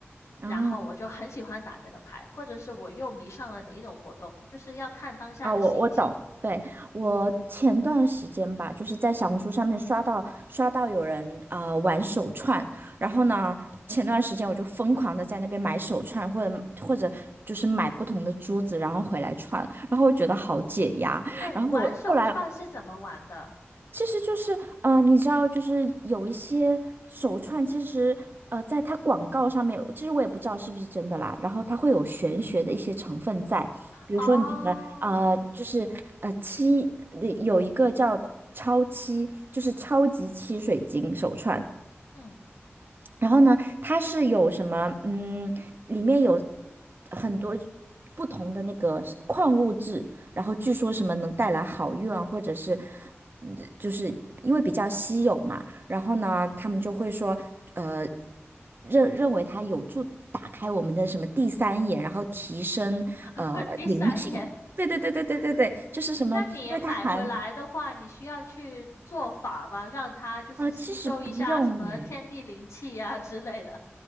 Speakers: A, on the right; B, on the left.
A: 然后。
B: 然后我就很喜欢打这个牌，或者是我又迷上了哪一种活动，就是要看当下的心情。
A: 啊，我我懂，对，我前段时间吧，就是在小红书上面刷到刷到有人呃玩手串，然后呢，前段时间我就疯狂的在那边买手串，或者或者就是买不同的珠子，然后回来串，然后我觉得好解压，
B: 哎，玩手串是怎么玩的？
A: 然后我后来其实就是，呃，你知道，就是有一些手串，其实，呃，在它广告上面，其实我也不知道是不是真的啦。然后它会有玄学的一些成分在，比如说你的，
B: 哦，
A: 呃，就是呃七，呃有一个叫超七，就是超级七水晶手串，
B: 嗯，
A: 然后呢，它是有什么？嗯，里面有很多不同的那个是矿物质，然后据说什么能带来好运啊，或者是嗯就是因为比较稀有嘛，然后呢，他们就会说，呃，认认为它有助打开我们的什么第三眼，然后提升呃灵性。
B: <laughs> 第三眼。
A: 对对对对对对对，就是什么，
B: 那你买回来的话，
A: 因为它含
B: 你需要去做法吗？让它就是吸收一下什么天地灵气呀、
A: 啊，其实不用哎。
B: 之类的。